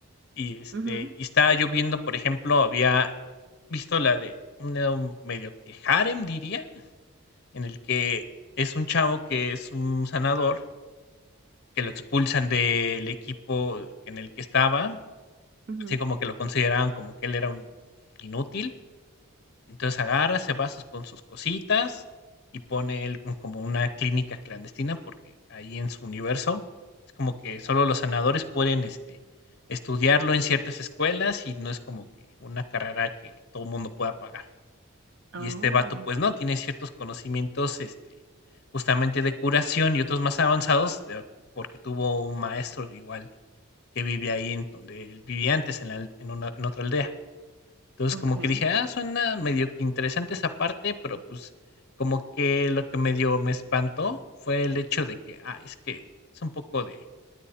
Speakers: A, on the left; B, on the right.
A: Y, este,
B: Ujú,
A: y estaba yo viendo, por ejemplo, había visto la de un medio que harem diría, en el que es un chavo que es un sanador, que lo expulsan del equipo en el que estaba,
B: ujú.
A: así como que lo consideraban como que él era un inútil. Entonces agarra, se va sus- con sus cositas y pone él como como una clínica clandestina, porque ahí en su universo es como que solo los sanadores pueden este, estudiarlo en ciertas escuelas y no es como que una carrera que todo el mundo pueda pagar. Y
B: Oh,
A: este vato, pues no, tiene ciertos conocimientos, este, justamente de curación y otros más avanzados, de- porque tuvo un maestro igual que vive ahí en donde él vivía antes, en, la al- en, una, en otra aldea. Entonces
B: ok.
A: como que dije, ah, suena medio que interesante esa parte, pero pues como que lo que medio me espantó fue el hecho de que, ah, es que es un poco de